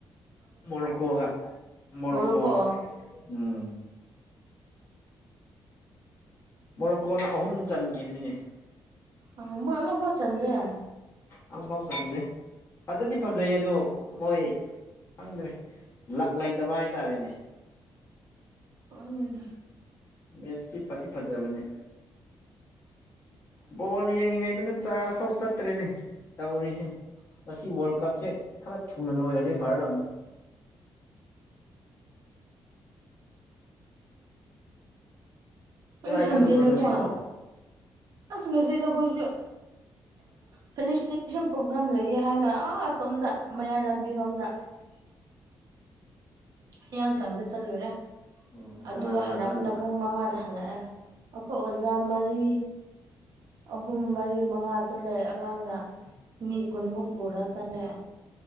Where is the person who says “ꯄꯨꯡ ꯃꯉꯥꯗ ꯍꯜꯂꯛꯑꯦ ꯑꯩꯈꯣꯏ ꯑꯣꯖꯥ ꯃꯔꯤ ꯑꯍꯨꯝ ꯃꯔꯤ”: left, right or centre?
Right